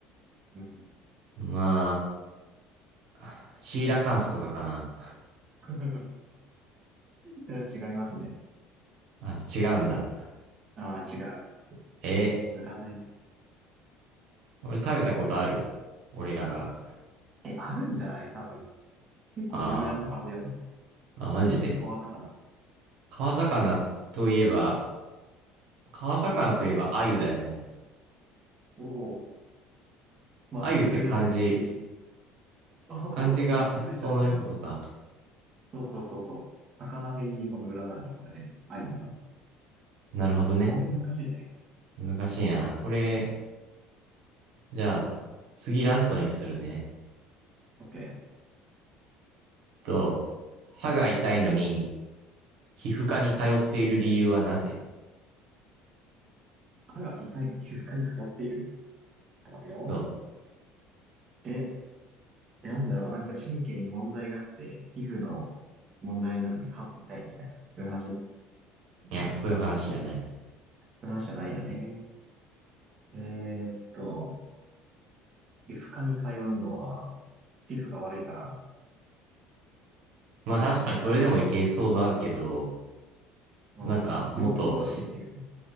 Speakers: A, on the right; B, on the right.
A: うん。
B: まあ、シーラカンスとかかな。
A: <laughs> いや、違いますね。
B: あ、違うんだ。
A: ああ、違う。
B: え
A: 占いです。
B: ー、俺食べたことある俺らが。
A: え、あるんじゃない多分。結構有名な魚だよ。
B: あーあ、マジで。
A: ちなみに川魚。
B: 川魚といえば、川魚といえば鮎だよね。
A: おお。まあ正解なんだけど、
B: 鮎って漢字、
A: リ。おお、
B: 漢字がそういうことか。
A: 気づいた。そうそうそうそう。魚編にこの占いのこれで愛だからね。
B: なるほどね。
A: これ難しいね。
B: 難しいな。これ、じゃあ、次ラストにするね。
A: オッケー。
B: と、歯が痛いのに、皮膚科に通っている理由はなぜ
A: 歯が痛いのに皮膚科に通っているちょっと待ってよ。
B: と、
A: え、え、なんだろう、なんか神経に問題があって、皮膚の問題なのに歯も痛いみたいな、そういう話、そうい
B: いや、そういう話じゃない。
A: う話じゃないよね。えーっと、皮膚科に通うのは、皮膚が悪いから、
B: まあ確かにそれでもいけそうだけど、
A: うん、
B: なんかもっとし、
A: 両方悪いっていうね。